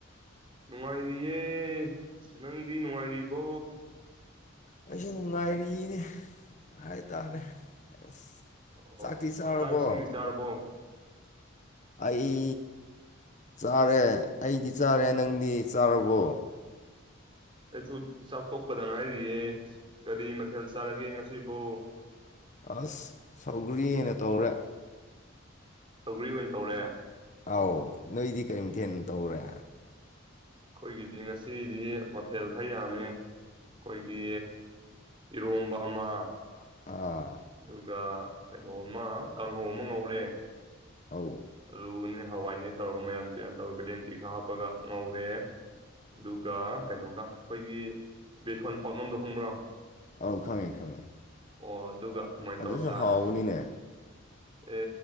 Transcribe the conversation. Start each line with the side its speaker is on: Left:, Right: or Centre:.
Right: ꯅꯨꯡꯉꯥꯏꯔꯤꯌꯦ ꯅꯪꯗꯤ ꯅꯨꯡꯉꯥꯏꯔꯤꯕꯣ
Left: ꯑꯩꯁꯨ ꯅꯨꯡꯉꯥꯏꯔꯤꯅꯤ ꯍꯥꯏꯇꯥꯥꯔꯦ ꯑꯁ
Right: ꯑꯣ
Left: ꯆꯥꯛꯇꯤ
Right: ꯑꯣ
Left: ꯆꯥꯔꯕꯣ
Right: ꯆꯥꯛ ꯏꯁꯤꯡꯗꯤ ꯆꯥꯔꯕꯣ
Left: ꯑꯩ ꯆꯥꯔꯦ ꯑꯩꯗꯤ ꯆꯥꯔꯦ ꯅꯪꯗꯤ ꯆꯥꯔꯕꯣ
Right: ꯑꯩꯁꯨ ꯆꯥꯛꯊꯣꯛꯄꯗ ꯉꯥꯏꯔꯤꯌꯦ ꯀꯔꯤ ꯃꯊꯦꯜ ꯆꯥꯔꯒꯦ ꯉꯁꯤꯕꫭ
Left: ꯑꯁ ꯁꯧꯒ꯭ꯔꯤ ꯑꫭꯏꯅ ꯇꯧꯔꯦ
Right: ꯁꯧꯒ꯭ꯔꯤ ꯑꯣꯏꯅ ꯇꯧꯔꯦ
Left: ꯑꯥꯎ ꯅꯣꯏꯗꯤ ꯀꯔꯤ ꯃꯥꯇꯦꯟ ꯇꯧꯔꯦ
Right: ꯑꯩꯈꯣꯏꯒꯤꯗꯤ ꯉꯁꯤꯗꯤ ꯃꯐꯦꯜ ꯈꯔ ꯌꯥꯝꯃꯤ ꯑꯩꯈꯣꯏꯒꯤ ꯏꯔꯣꯝꯕ ꯑꯃ
Left: ꯑꯥ
Right: ꯑꯗꯨꯒ ꯀꯩꯅꯣ ꯑꯃ ꯀꯥꯡꯍꯧ ꯑꯃ ꯉꯧꯔꯦ
Left: ꯑꯧ
Right: ꯑꯂꯨꯅꯦ ꯍꯋꯥꯏꯅꯦ ꯇꯧꯔꯒ ꯃꯌꯥꯝ ꯇꯨꯌꯉꯟ ꯇꯧꯋꯦ ꯕ꯭ꯂꯦꯟꯗꯔꯤ ꯈꯔꯥ ꯍꯥꯞꯄꯒ ꯉꯧꯔꯦ ꯑꯗꯨꯒ ꯀꯩꯅꯣꯒ ꯑꯩꯈꯣꯏꯒꯤ ꯕꯦꯁꯣꯟ ꯄꯥꯛꯅꯝꯗꯣ ꯈꯡꯕ꯭ꯔꯣ
Left: ꯑꯧ ꯈꯪꯉꯦ ꯈꯪꯉꯦ
Right: ꯑꯣ ꯑꯗꯨꯒ ꯑꯗꯨꯃꯥꯏꯅ
Left: ꯑꯗꯨꯁꯨ
Right: ꯇꯧꯔ ꯆꯥꯔꯦ
Left: ꯍꯥꯎꯕꯅꯤꯅꯦ
Right: ꯑꯦ